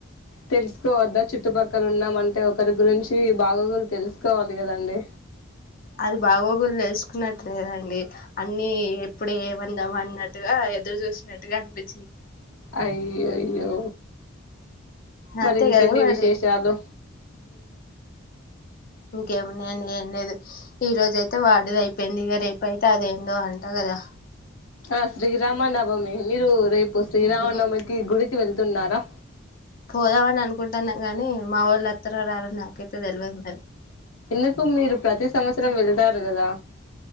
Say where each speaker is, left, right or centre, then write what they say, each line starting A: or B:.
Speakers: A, on the left; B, on the left.
A: తెలుసుకోవద్దా చుట్టుపక్క అక్కలు ఉన్నామంటే ఒకరి గురించి బాగోగులు తెలుసుకోవాలి కదండి
B: అది బాగోగులు తెలుసుకున్నట్లేదండీ అన్ని ఇప్పుడు ఏమందాం అన్నట్టుగా ఎదురు చూసినట్టుగా అనిపి
A: అయ్యయ్యో మరి
B: అంతే
A: ఇంకేంటి
B: కదా మరి
A: విశేషాలు
B: ఇంకేమున్నాయండి ఏం లేదు ఈ రోజ అయితే వాడుది అయిపోయింది ఇగ రేపు పైతా అదేందో అంటా గదా
A: ఆ శ్రీరామనవమి మీరు రేపు శ్రీరామనవమికి
B: ఉమ్,
A: గుడికి వెళ్తున్నారా
B: పోదామని అనుకుంటున్నాం గాని మా వాళ్ళు అత్తరా రారా నాకైతే తెలియదు మరి
A: ఎందుకు మీరు ప్రతి సంవత్సరం వెళ్తారు కదా?